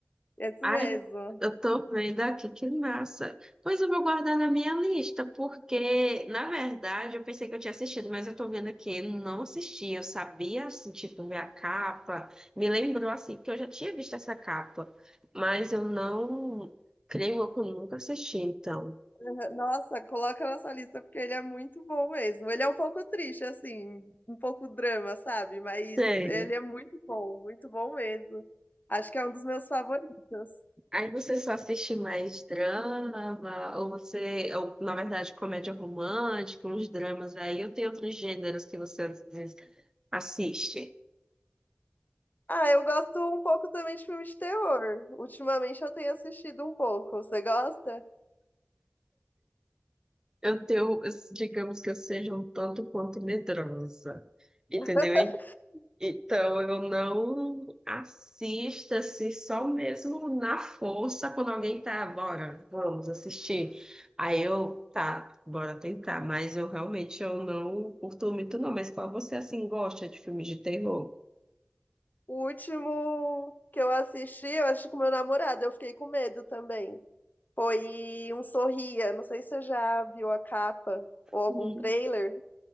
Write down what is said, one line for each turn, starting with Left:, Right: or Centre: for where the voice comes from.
Left: isso
Right: Ai,
Left: mesmo.
Right: eu tô vendo aqui, que massa. Pois eu vou guardar na minha lista, porque, na verdade, eu pensei que eu tinha assistido, mas eu tô vendo aqui, não assisti. Eu sabia, assim, tipo, ver a capa. Me lembrou, assim, que eu já tinha visto essa capa, mas eu não creio que eu nunca assisti, então.
Left: <laughs> Aham, Nossa, coloca na sua lista porque ele é muito bom mesmo. Ele é um pouco triste, assim, um pouco drama, sabe? Mas
Right: Sério.
Left: ele é muito bom, muito bom mesmo. Acho que é um dos meus favoritos.
Right: Aí você só assiste mais drama, ou você, ou, na verdade, comédia romântica, uns dramas aí, ou tem outros gêneros que você às vezes assiste.
Left: Ah, eu gosto um pouco também de filme de terror. Ultimamente eu tenho assistido um pouco. Você gosta?
Right: Eu tenho, digamos que eu seja um tanto quanto medrosa, entendeu?
Left: <laughs>
Right: Então, eu não assisto assim, só mesmo na força, quando alguém tá, bora, vamos assistir. Aí eu, tá, bora tentar, mas eu realmente eu não curto muito não, mas qual você assim gosta de filmes de terror?
Left: O último que eu assisti, eu acho que com meu namorado, eu fiquei com medo também. Foi um Sorria. Não sei se você já viu a capa ou algum
Right: Hum.
Left: trailer.